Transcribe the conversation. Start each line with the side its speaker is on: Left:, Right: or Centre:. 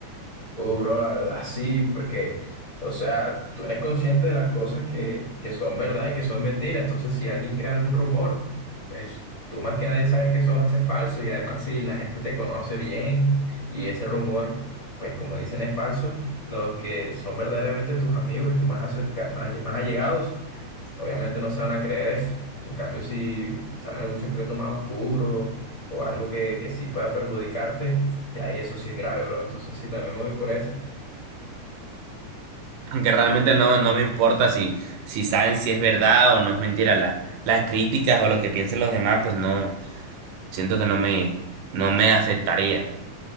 Left: Uh, bro, la verdad sí, porque, o sea, tú eres consciente de las cosas que, que son verdad y que son mentira. Entonces, si alguien crea algún rumor, pues tú más que nadie sabes que eso va a ser falso. Y además, si la gente te conoce bien y ese rumor, pues como dicen, es falso, los que son verdaderamente tus amigos y tus más acerca- más alle- más allegados Obviamente no se van a creer eso. En cambio, si saben algún secreto más oscuro o algo que, que sí pueda perjudicarte, ya ahí eso sí es grave, bro. Entonces sí, también me voy por esa.
Right: Aunque realmente no, no me importa si, si saben si es verdad o no es mentira. La- las críticas o lo que piensen los demás, pues no, siento que no me, no me afectaría.